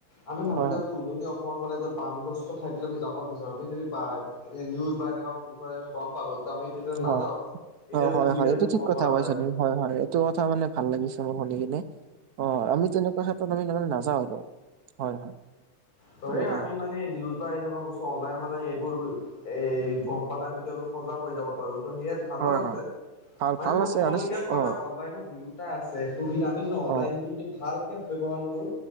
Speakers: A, on the left (about 70°); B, on the right (about 75°).
A: আমি ভাবি
B: হয়
A: লওঁ
B: হয়
A: যে উজনি অসমৰ ফালে য'ত বানগ্ৰস্ত ঠাইত যদি আমি যাব বিচাৰোঁ, আমি যদি বা এনে নিউজ বা এনেকুৱা বিষয়ে আমি গম পালোঁ তে আমি যেতিয়া নাযাওঁ,
B: অ
A: এইটো
B: অ
A: এটা
B: হয়
A: সুবিধা
B: হয় এইটো
A: য
B: ঠিক
A: ক'ব
B: কথা
A: পৰা
B: কৈছা
A: যায়।
B: তুমি হয় হয়, এইটো কথা মানে ভাল লাগিছে মোৰ শুনি কিনে। অ' আমি তেনেকুৱা <unintelligible> আমি তাৰমানে নাযাওঁ আৰু হয় হয়,
A: ত
B: <unintelligible>
A: সেয়ে আমি মানে নিউজ বা এনেকুৱা বস্তু অনলাইন মানে এইবোৰ এ, গম পালে আমিও সজাগ হৈ যাব পাৰো ত' সেয়ে ভালো
B: হয়
A: আছে,
B: হয় ভাল
A: মানে
B: ভাল
A: মোক
B: আছে
A: ক'বলগীয়া
B: আনিছ
A: গ'লে
B: অ
A: অনলাইনত দুয়ো এটা আছে, সুবিধা আমি যদি অনলাইনটো
B: অ
A: যদি ভালকে ব্যৱহাৰ কৰোঁ